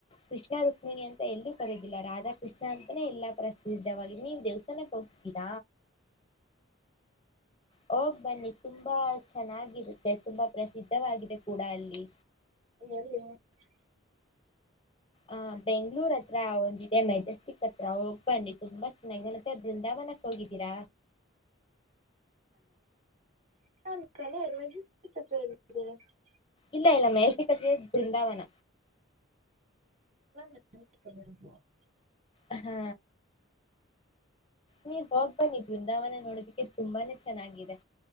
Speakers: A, on the left; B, on the right.
A: ಕೃಷ್ಣ ರುಕ್ಮಿಣಿ ಅಂತ ಎಲ್ಲೂ ಕರೆದಿಲ್ಲ ರಾಧಾ ಕೃಷ್ಣ ಅಂತಾನೆ ಎಲ್ಲ ಪ್ರಸಿದ್ಧವಾಗಿದೆ. ನೀವು ದೇವಸ್ತಾನಕ್ಕೆ ಹೋಗಿದ್ದೀರ? ಹೋಗ್ ಬನ್ನಿ, ತುಂಬಾ ಚೆನ್ನಾಗಿ ಇರುತ್ತೆ, ತುಂಬಾ ಪ್ರಸಿದ್ಧವಾಗಿದೆ ಕೂಡ ಅಲ್ಲಿ.
B: <unintelligible>
A: ಆಹ್, ಬೆಂಗಳೂರು ಹತ್ತಿರ ಒಂದು ದಿನ ಮೆಜೆಸ್ಟಿಕ್ ಹತ್ತಿರ ಹೋಗಿ ಬನ್ನಿ ತುಂಬಾ ಚೆನ್ನಾಗಿದೆ. ಮತ್ತೆ ಬೃಂದಾವನಕ್ಕೆ ಹೋಗಿದ್ದೀರ?
B: <unintelligible> ಮೆಜೆಸ್ಟಿಕ್ ಹತ್ತಿರ <unintelligible>
A: ಇಲ್ಲ ಇಲ್ಲ ಮೆಜೆಸ್ಟಿಕ್ ಹತ್ತಿರ ಇರೋದು ಬೃಂದಾವನ.
B: <unintelligible>
A: ಅಹ್ಹಾ ನೀನು ಹೋಗಿ ಬನ್ನಿ ಬೃಂದಾವನ ನೋಡೋದಿಕ್ಕೆ, ತುಂಬಾನೆ ಚೆನ್ನಾಗಿ ಇದೇ